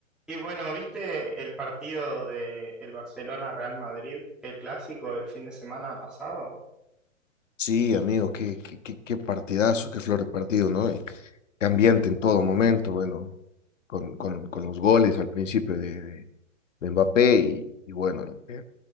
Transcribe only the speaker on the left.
Sí, amigo, qué, qué, qué, qué partidazo, qué flor de partido, ¿no? Y cambiante en todo momento, bueno, con, con, con los goles al principio de, de, de Mbappé y, y bueno, el,